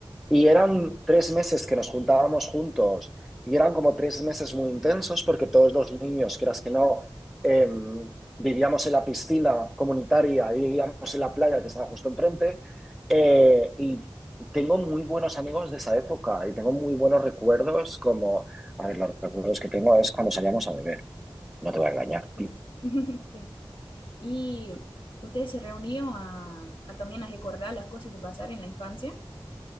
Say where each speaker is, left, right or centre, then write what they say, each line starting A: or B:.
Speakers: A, in the centre; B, on the left (about 65°).
A: Y eran tres meses que nos juntábamos juntos y eran como tres meses muy intensos porque todos los niños, quieras que no, em, vivíamos en la piscina comunitaria y vivíamos en la playa que estaba justo enfrente. Eh, y tengo muy buenos amigos de esa época y tengo muy buenos recuerdos como, a ver, los recuerdos que tengo es cuando salíamos a beber, no te voy a engañar.
B: Sí. <laughs> Sí. Y ustedes se reunieron a, a también a recordar las cosas que pasaron en la infancia.